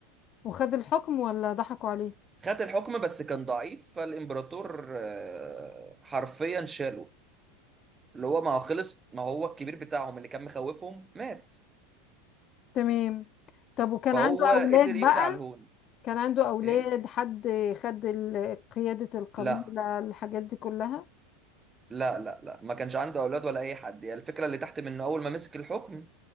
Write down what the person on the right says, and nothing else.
خد الحكم بس كان ضعيف فالامبراطور آه، حرفيا شاله اللي هو ما هو خلص ما هو الكبير بتاعهم اللي كان مخوفهم مات
فهو
قدر يقضي
على الهون
ايه
لا
لا لا لا ما كانش عنده اولاد ولا اي حد يعني الفكره اللي تحت منه اول ما مسك الحكم